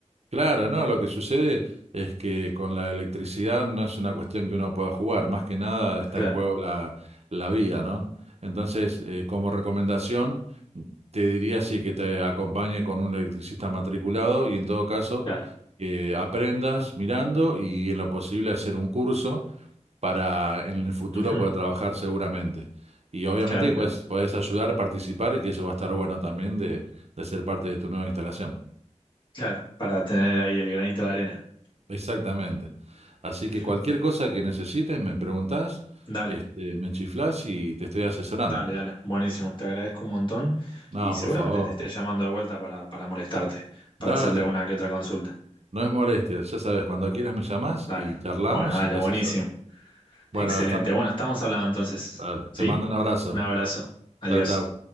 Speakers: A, on the right; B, on the left.
A: claro, no, lo que sucede es que con la electricidad no es una cuestión que uno pueda jugar, más que nada está
B: Claro,
A: en juego la, la vida, ¿no? Entonces, eh, como recomendación, te diría sí que te acompañe con un electricista matriculado y en todo caso
B: claro.
A: que aprendas mirando y en lo posible hacer un curso para en el futuro
B: Ujú.
A: poder trabajar seguramente. Y obviamente
B: Claro, claro.
A: pues, puedes ayudar, participar y que eso va a estar bueno también de, de ser parte de tu nueva instalación.
B: Claro, para tener ahí el granito de arena.
A: Exactamente. Así
B: <laughs>
A: que cualquier cosa que necesites, me preguntás,
B: Dale,
A: este, me chiflás y te estoy asesorando.
B: dale, dale. Buenísimo. Te agradezco un montón
A: No,
B: y seguramente
A: por favor,
B: te esté llamando de vuelta para, para molestarte, para
A: dale,
B: hacerte alguna que otra consulta.
A: no es molestia. Ya sabes, cuando quieras me llamás
B: Dale.
A: y charlamos
B: Bueno, dale,
A: y te
B: buenísimo.
A: asesoro. Bueno,
B: Excelente.
A: Gastón,
B: Bueno, estamos hablando entonces.
A: dale,
B: ¿Sí?
A: te mando un abrazo.
B: Un abrazo. Adiós.
A: Chao, chao.